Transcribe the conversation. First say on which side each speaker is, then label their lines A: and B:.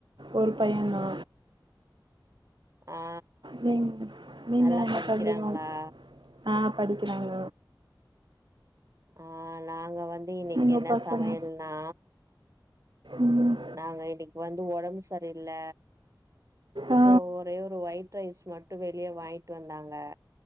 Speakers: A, on the right; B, on the right.
A: ஒரு பைய தா
B: ஆ அ
A: நீங் நீங்க
B: நல்லா
A: என்ன
B: படிக்றாங்ளா
A: பண்றீங்க ஆ படிக்கிறாங்க
B: ஆ நாங்க வந் வந்து இன்னெக்
A: உங்க
B: என்ன
A: பசங்க
B: சமையல்னா
A: ம்
B: நாங்க இன்னக் வந்து ஒடம் சரியில்ல
A: ஆ
B: சோ ஒரே ஒரு ஒயிட் ரைஸ் மட்டும் வெளிய வாங்கிட் வந்தாங்க